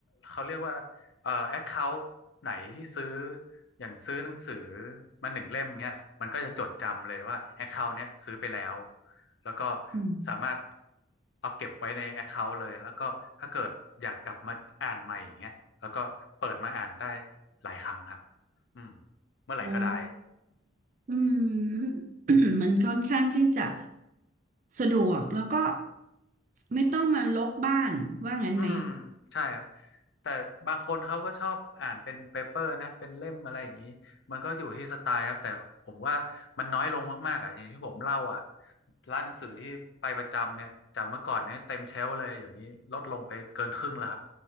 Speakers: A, on the left; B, on the right.
A: เขาเรียกว่าเอ่อแอคเคาท์ไหนที่ซื้ออย่างซื้อหนังสือมาหนึ่งเล่มเนี้ยมันก็จะจดจำเลยว่าแอคเคาท์เนี้ยซื้อไปแล้วแล้วก็
B: อืม
A: สามารถเอาเก็บไว้ในแอคเคาท์เลยแล้วก็ถ้าเกิดอยากกลับมาอ่านใหม่อย่างเงี้ยแล้วก็เปิดมาอ่านได้หลายครั้งครับอืมเมื่อไหร่ก็ได้
B: อ๋ออืม <clears throat> มันค่อนข้างที่จะสะดวกแล้วก็ไม่ต้องมาลกบ้านว่างั้นไหม
A: อืมใช่ครับแต่บางคนเขาก็ชอบอ่านเป็นเปเปอร์นะเป็นเล่มอะไรอย่างนี้มันก็อยู่ที่สไตล์ครับแต่ผมว่ามันน้อยลงมากๆอ่ะอย่างที่ผมเล่าอ่ะร้านหนังสือที่ไปประจำเนี่ยจากเมื่อก่อนเนี่ยเต็มเชลฟ์เลยเดี๋ยวนี้ลดลงไปเกินครึ่งแล้วครับ